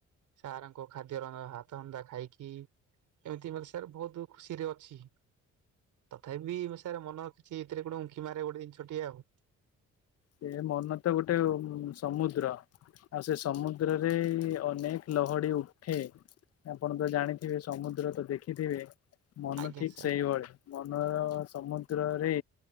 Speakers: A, on the right; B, on the left.
A: ସାର୍ ଙ୍କ ଖାଦ୍ୟ ରନ୍ଧା ହାତରନ୍ଧା ଖାଇ କି ଏମିତି ମତେ ସାର୍ ବହୁତୁ ଖୁସିରେ ଅଛି ତଥାବି <unintelligible> ସାର୍ ମନ କିଛି ଏଥିରେ ଗୋଟେ ଉଙ୍କି ମାରେ ଗୋଟେ ଜିନିଷଟିଏ ଆଉ।
B: ସେ ମନ ତ ଗୋଟେ ଉଁ ସମୁଦ୍ର। ଆଉ ସେ ସମୁଦ୍ରରେ ଅନେକ୍ ଲହଡି ଉଠେ। ଆପଣ ତ ଜାଣିଥିବେ ସମୁଦ୍ର ତ ଦେଖି ଥିବେ ମନ
A: ଆଜ୍ଞା
B: ଠିକ୍
A: ସାର୍।
B: ସେଇଭଳି। ମନର ସମୁଦ୍ରରେ